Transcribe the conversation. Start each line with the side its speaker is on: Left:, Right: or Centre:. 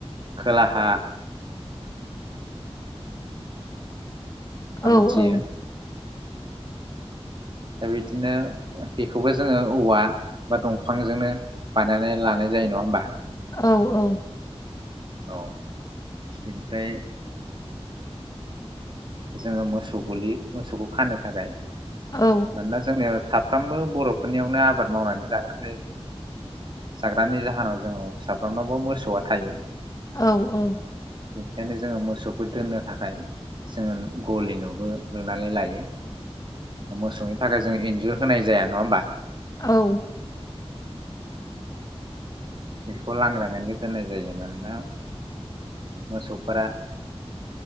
Right: खोलाहा बा
Left: औ
Right: मिथियो
Left: औ
Right: दा बिदिनो बेखौबो जोंङो औवा बा दंफांजोंनो बानायनानै लानाय जायो नङा होमबा?
Left: औ औ
Right: औ बेनिफ्राय जोंङो मोसौ गलि मोसौखौ खानो थाखाय
Left: औ
Right: मानोना जोंनिया साफ्रोमबो बर'फोरनियावनो आबाद मावनानै जाग्राखाय जाग्रानि जाहोनाव जोंङो साफ्रोमनावबो मोसौया थायो।
Left: औ औ
Right: बेनिखायनो जोंङो मोसौखौ दोननो थाखाय जोंङो गलि नुबो लुनानै लायो । ओ मोसौ नि थाखाय जों इन्जुर होनाय जाया नंङा होमबा?
Left: औ
Right: बेखौ लांग्रांङैनो दोननाय जायो मानोना मोसौफोरा